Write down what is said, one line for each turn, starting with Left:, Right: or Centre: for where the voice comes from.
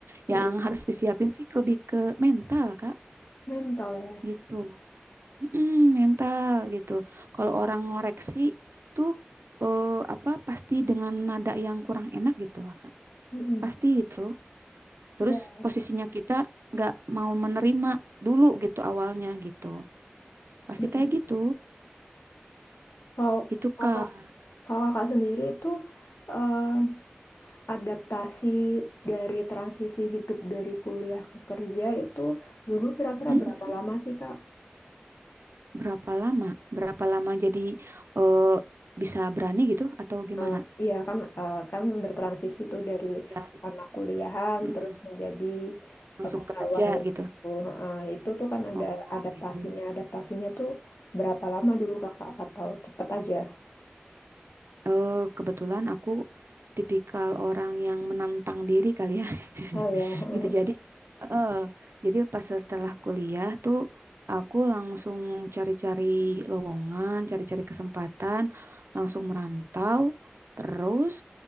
Right: Yang
Left: Iya.
Right: harus disiapin sih lebih ke mental, Kak,
Left: Mental ya.
Right: gitu. mm mental gitu. Kalau orang ngoreksi tuh eh, apa pasti dengan nada yang kurang enak gitu lah, Kak.
Left: Mm-mm.
Right: Pasti itu. Terus
Left: Iya.
Right: posisinya kita nggak mau menerima dulu gitu awalnya gitu. Pasti
Left: Mm-mm.
Right: kayak gitu.
Left: Kalau
Right: Itu,
Left: kakak,
Right: Kak.
Left: kalau kakak sendiri itu eh, adaptasi dari transisi hidup dari kuliah ke kerja itu dulu kira-kira
Right: mm
Left: berapa lama sih Kak?
Right: Berapa lama? Berapa lama jadi eh, bisa berani gitu atau gimana?
Left: Eh, iya kan eh, kan bertransisi tuh dari
Right: Bisa
Left: anak kuliahan
Right: Mm-mm.
Left: terus menjadi
Right: langsung
Left: eh, pegawai
Right: kerja gitu.
Left: gitu. Heeh, itu tuh kan ada
Right: Oh
Left: adaptasinya.
Right: gitu.
Left: Adaptasinya tuh berapa lama dulu Kakak atau cepet aja?
Right: Eh kebetulan aku tipikal orang yang menantang diri kali ya.
Left: Oh
Right: <laughs>
Left: ya.
Right: Gitu.
Left: <laughs>
Right: Jadi eh jadi pas setelah kuliah tuh aku langsung cari-cari lowongan, cari-cari kesempatan, langsung merantau terus